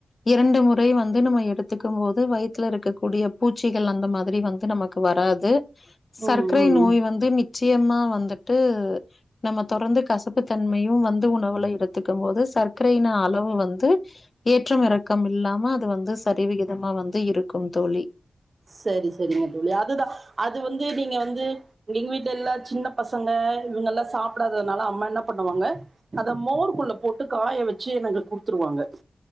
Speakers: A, on the left (about 50°); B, on the right (about 50°).
A: இரண்டு முறை வந்து நம்ம எடுத்துக்கும் போது வயித்துல இருக்கக் கூடிய பூச்சிகள் அந்த மாதிரி வந்து நமக் க்கு வராது சர்க்கரை
B: ம் ம்
A: நோய் வந்து நிச்சியமா வந்துட்டு நம்ம தொடர்ந்து கசப்புத்தன்மையு வந்து உணவுல எடுத்துக்கும் போது சர்க்கரையின் அளவு வந்து ஏற்றம் இறக்கம் இல்லாம அது வந்து சரிவிகிதமா வந்து இருக்கும் தோழி
B: சேரி சேரிங்க தோழி அதுதா அது வந்து நீங்க வந்து எங்க வீட்டுல எல்லா சின்னப் பசங்க இவுங்கெல்லா சாப்பிடாததுனால அம்மா என்ன பண்ணுவாங்க அத மோருக்குள்ள போட்டு காய வெச்சு எனக்கு குடுத்துருவாங்க